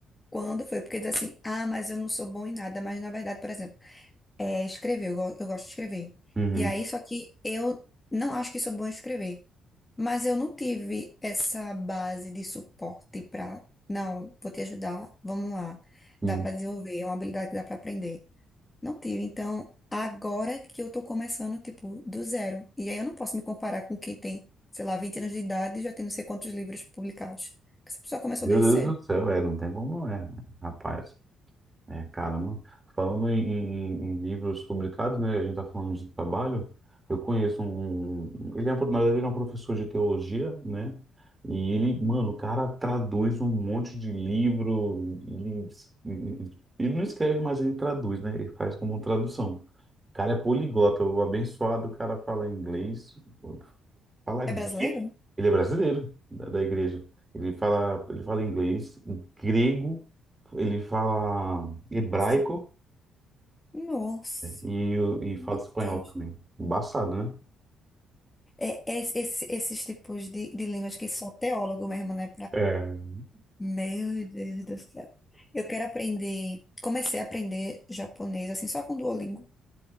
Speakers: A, on the left; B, on the right.
A: Quando foi? Porque diz assim, ah, mas eu não sou bom em nada. Mas na verdade, por exemplo, é escrever, eu, go- eu gosto de escrever.
B: Uhum,
A: E aí, só que eu não acho que sou bom em escrever. Mas eu não tive essa base de suporte para, não, vou te ajudar, vamos lá.
B: sim.
A: Dá para desenvolver, é uma habilidade que dá para aprender. Não tive. Então, agora que eu tô começando, tipo, do zero. E aí eu não posso me comparar com quem tem, sei lá, vinte anos de idade e já tem não sei quantos livros publicados. Porque Essa pessoa começou
B: Meu
A: desde
B: Deus
A: cedo.
B: do céu, é, não tem como não é, né? rapaz. É, caramba. Falando em, em- em livros publicados, né? A gente está falando de trabalho. Eu conheço um. um, Ele é, um- na verdade, ele é um professor de teologia, né? E ele, mano, o cara traduz um monte de livro. Ele, ele não escreve, mas ele traduz, né? Ele faz como tradução. O cara é poliglota, o abençoado, o cara fala inglês, fala grego.
A: É brasileiro?
B: Ele é brasileiro da, da igreja. Ele fala, ele fala inglês, grego, ele fala hebraico
A: Sim. Nossa,
B: e, e
A: meu
B: fala espanhol
A: Deus.
B: também. Embaçado, né?
A: É, é- esse- esses tipos de, de línguas que só teólogo mesmo, né?
B: É,
A: Meu Deus do céu. Eu quero aprender. Comecei a aprender japonês, assim, só com Duolingo.